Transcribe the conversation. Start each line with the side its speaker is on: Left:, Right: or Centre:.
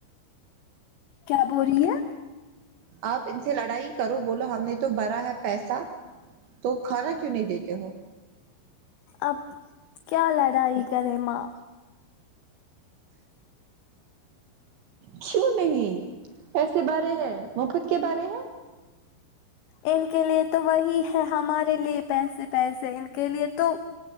Left: کیا بول رہی ہے
Right: آپ ان سے لڑائی کرو بولو ہم نے تو بھرا ہے پیسا تو کھانا کیوں نہیں دیتے ہو
Left: اب کیالڑاںی کرے ماں
Right: کیوں نہیں پیسے بھرے ہے مفت کے بھرے ہے
Left: ان کے لیے تو وہی ہے ہمارے لیے پیسے پیسے ان کے لیے تو